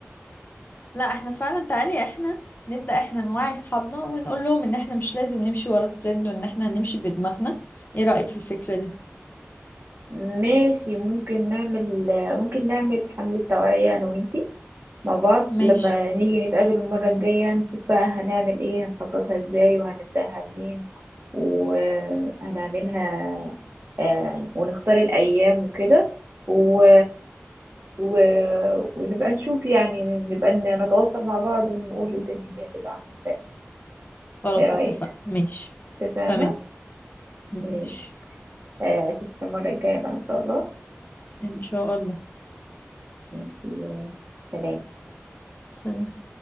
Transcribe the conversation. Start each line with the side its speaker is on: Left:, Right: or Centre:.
Left: لا احنا فعلا تعالي احنا نبدأ احنا نوعي اصحابنا ونقول لهم ان احنا مش لازم نمشي ورا الترند وان احنا نمشي بدماغنا ايه رأيك في الفكرة دي
Right: ماشي ممكن نعمل ممكن نعمل حملة توعية أنا وإنتي مع بعض
Left: ماشي
Right: لما نيجي نتقابل المرة الجاية يعني نشوف بقى هنعمل إيه هنخططها إزاي وهنبدأها منين وهنعملها آه، ونختار الأيام وكده و... و... ونبقى نشوف يعني نبقى نتواصل مع بعض ونقول الدنيا دي هتبقى عاملة إزاي
Left: خلاص
Right: إيه رأيك؟
Left: اتفقنا ماشي
Right: تمام؟
Left: تمام ماشي
Right: ماشي آه، أشوفك المرة الجاية بقى إن شاء الله
Left: ان شاء الله
Right: ماشي. سلام
Left: سلام